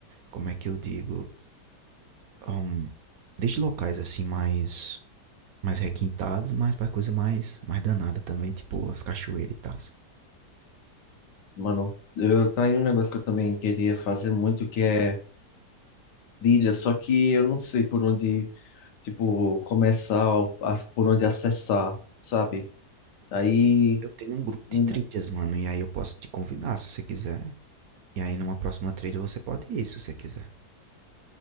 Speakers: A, on the right; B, on the left.
A: como é que eu digo, ahn, desde locais assim mais mais requintados, mas para coisa mais mais danada também, tipo as cachoeiras e tal.
B: Mano, eu tá aí um negócio que eu também queria fazer muito, que é trilha, só que eu não sei por onde, tipo, começar, ou a- por onde acessar, sabe? Aí,
A: Eu tenho um grupo
B: hum,
A: de trilhas, mano, e aí eu posso te convidar se você quiser. E aí numa próxima trilha você pode ir se você quiser.